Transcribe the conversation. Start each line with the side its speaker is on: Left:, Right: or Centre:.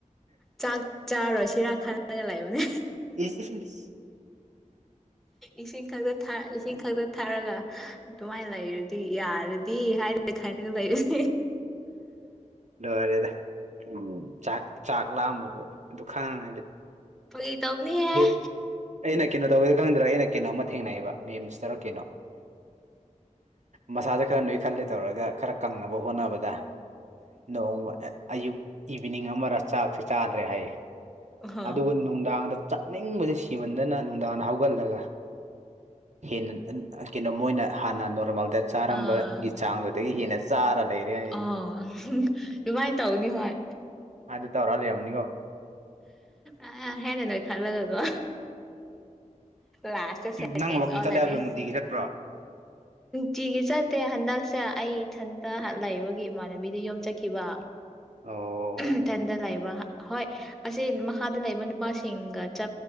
Centre: ꯆꯥꯛ ꯆꯥꯔꯁꯤꯔꯥ ꯈꯅꯒꯂꯕꯅꯦ
Right: ꯏ
Centre: ꯏꯁꯤꯡ ꯈꯛꯇ ꯏꯁꯤꯡ ꯈꯛꯇ ꯊꯥꯔꯒ ꯑꯗꯨꯃꯥꯏꯅ ꯂꯩꯔꯗꯤ ꯌꯥꯔꯗꯤ ꯍꯥꯏꯔꯦ ꯈꯥꯏꯔꯒ ꯂꯩꯔꯨꯅꯤ
Right: ꯂꯣꯏꯔꯦꯗ ꯎꯥꯛ ꯆꯥꯛ ꯂꯥꯛꯑꯝꯕꯕꯨꯣ ꯑꯗꯨ ꯈꯪꯉꯗꯤ
Centre: ꯑꯩꯣꯏ ꯇꯕꯨꯅꯤ ꯍꯥꯏ
Right: ꯍꯦ ꯑꯩꯅ ꯀꯩꯅꯣ ꯇꯧꯒꯦ ꯈꯪꯗ꯭ꯔꯥ ꯑꯩꯅ ꯀꯩꯅꯣꯝ ꯊꯦꯡꯅꯩꯕ ꯃꯦꯝꯁꯇꯔ ꯀꯩꯅꯣ ꯃꯁꯥꯗ ꯈꯔ ꯅꯣꯏꯈꯠꯂꯦ ꯇꯧꯔꯒ ꯈꯔ ꯀꯪꯅꯕ ꯍꯣꯠꯅꯕꯗ ꯅꯣꯡꯃ ꯑꯌꯨꯛ ꯏꯚꯤꯅꯤꯡ ꯑꯃꯔ ꯆꯥꯛꯁꯦ ꯆꯥꯗ꯭ꯔꯦ ꯍꯥꯏꯌꯦ
Centre: ꯑꯣ
Right: ꯑꯗꯨꯒ ꯅꯨꯡꯗꯥꯡꯗ ꯆꯥꯅꯤꯡꯕꯁ ꯁꯤꯃꯟꯗꯅ ꯅꯨꯡꯗꯥꯡꯗ ꯍꯧꯒꯠꯂꯒ ꯍꯦꯟꯅ ꯀꯩꯅꯣ ꯃꯣꯏꯅ ꯍꯥꯟꯅ ꯅꯣꯔꯃꯦꯜ ꯗ ꯆꯥꯔꯝꯕꯒꯤ
Centre: ꯑꯥ
Right: ꯆꯥꯡꯗꯨꯗꯒꯤ ꯍꯦꯟꯅ ꯆꯥꯔ ꯂꯩꯔꯦ ꯍꯥꯏꯁꯦ
Centre: ꯑꯣ ꯑꯗꯨꯃꯥꯏꯅ ꯇꯧꯅꯤ ꯍꯣꯏ
Right: ꯑꯗꯨ ꯇꯧꯔ ꯂꯩꯔꯝꯅꯤꯀꯣ
Centre: ꯑ ꯍꯦꯅꯦ ꯅꯣꯏ ꯈꯜꯂꯒ ꯑꯗꯨ ꯂꯥꯁꯁꯦ
Right: ꯅꯪ ꯋꯥꯛꯀꯤꯡ
Centre: ꯇꯂꯗꯤ
Right: ꯆꯠꯂꯦ ꯍꯥꯏꯕꯗꯣ ꯅꯨꯡꯇꯤꯒꯤ ꯆꯠꯄ꯭ꯔꯣ
Centre: ꯆꯤꯒꯤ ꯆ ꯑꯇꯦ ꯍꯟꯒꯁ ꯏꯊꯟꯇ ꯂ ꯂꯩꯕꯒꯤ ꯏꯃꯥꯟꯅꯕꯤꯗ ꯌꯣꯝꯆꯈꯤꯕ
Right: ꯑꯣ
Centre: ꯏꯊꯟꯇ ꯂꯕ ꯍꯣꯏ ꯑꯁꯤ ꯃꯈꯗ ꯂꯩꯕ ꯅꯨꯄꯥꯁꯤꯡꯒ ꯆ